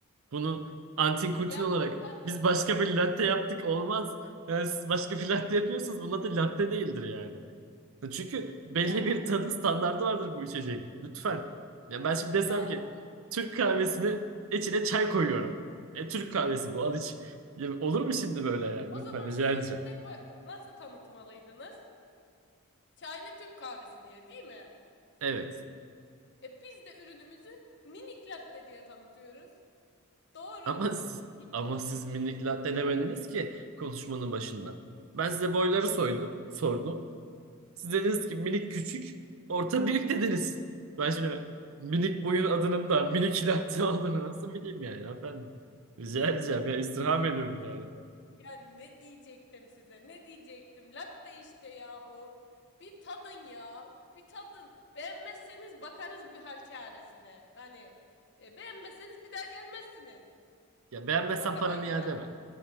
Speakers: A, on the right; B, on the left.
A: bunu antin kuntin
B: Ya
A: olarak
B: bir tadın
A: biz başka bir latte yaptık olmaz. Yani siz başka bir latte yapıyorsunuz. Bunun adı latte değildir yani. E Çünkü belli
B: ya
A: bir tadı standardı vardır bu içeceğin. Lütfen. Ya ben şimdi
B: ya
A: desem ki Türk kahvesini içine çay koyuyorum. E, Türk kahvesi bu al iç. Ya olur mu şimdi böyle yani?
B: o
A: Lütfen
B: zaman
A: rica
B: siz
A: edeceğim.
B: onu ne koy nasıl tanıtmalıydınız? Çaylı Türk kahvesi diye değil mi?
A: Evet.
B: E biz de ürünümüzü Minik latte diye tanıtıyoruz. Doğru.
A: Ama siz,
B: Hiç
A: ama siz minik latte demediniz ki konuşmanın başında. Ben size boyları soydum, sordum. Siz dediniz ki minik küçük, orta büyük dediniz. Ben şimdi minik boyun adının da minik latte <laughs> olduğunu nasıl bileyim yani? Ya ben rica edeceğim ya istirham ediyorum yani.
B: ya ne diyecektim size? Ne diyecektim? Latte işte yahu. Bir tadın ya. Bir tadın. Beğenmezseniz bakarız bir hal çaresi Hani e, beğenmezseniz bir daha gelmezsiniz.
A: Ya beğenmezsen
B: Bakamayız
A: paramı iade
B: da.
A: mi?